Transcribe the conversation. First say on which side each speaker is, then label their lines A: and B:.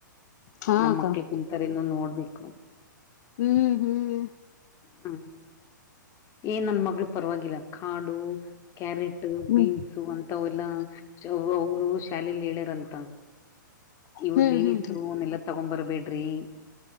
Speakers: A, on the left; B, on the left.
A: ಹಾ
B: ನಮ
A: ಅಕ್ಕ
B: ಮಕ್ಳ ಕುಂತರ ಇನ್ನು ನೋಡ್ಬೇಕು.
A: ಹ್ಮ್ ಹ್ಮ್
B: ಹ್ಮ್ ಏನ್ ನನ್ ಮಗಳು ಪರವಾಗಿಲ್ಲ ಕಾಡು. ಕ್ಯಾರೆಟ್
A: ಹ್ಮ್
B: ಬೀನ್ಸ್ ಅಂತ ಎಲ್ಲಾ ಅವರು ಶಾಲಲಿ ಹೇಳ್ಯಾರಂತ. ಇವದ
A: ಹ್ಮ್
B: ಲೇಸುನ್ನೆಲ್ಲಾ
A: ಹ್ಮ್ ಹ್ಮ್
B: ತಗೊಂಡ್ ಬರ್ಬೇಡ್ರಿ